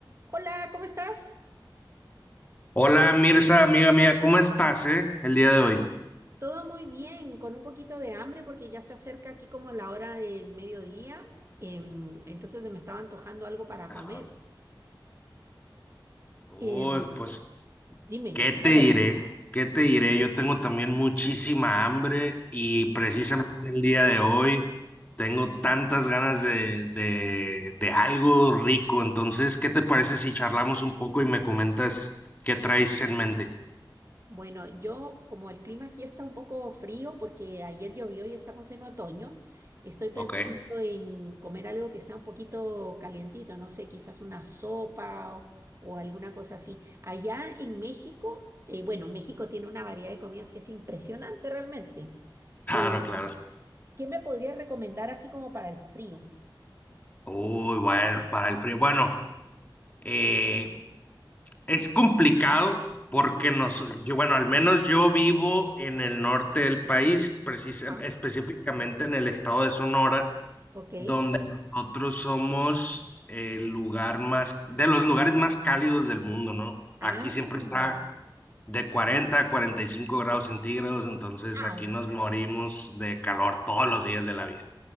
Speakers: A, on the right; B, on the left.
A: Hola, ¿cómo estás?
B: Hola Mirza, amiga mía, ¿cómo estás, eh, el día de hoy?
A: Todo muy bien, con un poquito de hambre porque ya se acerca aquí como la hora del mediodía, em, entonces se me estaba antojando algo para
B: Ajá.
A: comer.
B: Uy,
A: Em,
B: pues,
A: dime,
B: ¿qué te diré? ¿Qué te diré? Yo tengo también muchísima hambre y precisamente el día de hoy tengo tantas ganas de, de, de algo rico. Entonces, ¿qué te parece si charlamos un poco y me comentas qué traes en mente?
A: bueno, yo como el clima aquí está un poco frío porque ayer llovió y estamos en otoño, estoy pensando
B: Ok.
A: en comer algo que sea un poquito calientito, no sé, quizás una sopa o, o alguna cosa así. Allá en México, eh, bueno, México tiene una variedad de comidas que es impresionante realmente.
B: Claro,
A: Em,
B: claro.
A: ¿Qué me podría recomendar así como para el frío?
B: Uy, bueno, para el frío. Bueno, eh, Es complicado porque nos, yo, bueno, al menos yo vivo en el norte del país, precisa-
A: Ajá.
B: específicamente en el estado de Sonora,
A: ¿Ok?
B: donde nosotros somos el lugar más, de los lugares más cálidos del mundo, ¿no?
A: Ah,
B: Aquí siempre está de 40 a 45 grados centígrados, entonces aquí
A: Au.
B: nos morimos de calor todos los días de la vida.